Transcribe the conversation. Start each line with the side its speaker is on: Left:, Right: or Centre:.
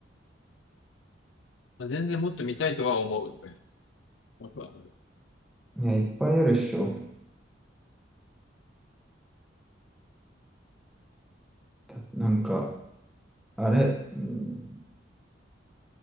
Left: まあ、全然もっと見たいとは思う。僕は
Centre: いや、いっぱいあるっしょ。たなんか、あれ、うん、